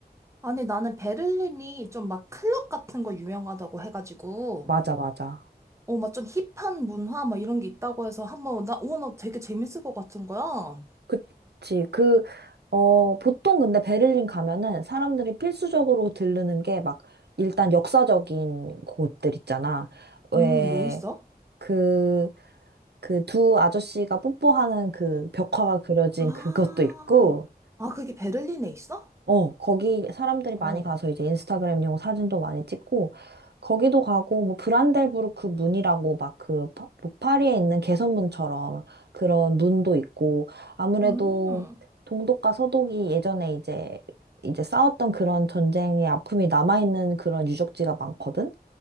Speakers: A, on the right; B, on the right.
A: 아니, 나는 베를린이 좀 막 클럽 같은 거 유명하다고 해가지고,
B: 맞아, 맞아.
A: 어, 막 좀 힙한 문화 막 이런 게 있다고 해서 한번, 나, 어, 나 되게 재밌을 것 같은 거야.
B: 그치. 그, 어, 보통 근데 베를린 가면은 사람들이 필수적으로 들르는 게 막, 일단 역사적인 곳들 있잖아. 왜,
A: 음, 뭐 있어?
B: 그, 그 두 아저씨가 뽀뽀하는 그 벽화가 그려진
A: 아,
B: 그것도 있고,
A: 아, 그게 베를린에 있어?
B: 어, 거기 사람들이 많이
A: 어.
B: 가서 이제 인스타그램용 사진도 많이 찍고, 거기도 가고, 뭐, 브란델부르크 문이라고 막 그, 파- 뭐 파리에 있는 개선문처럼 그런 문도 있고, 아무래도
A: 음,
B: 동독과 서독이 예전에 이제, 이제 싸웠던 그런 전쟁의 아픔이 남아있는 그런 유적지가 많거든?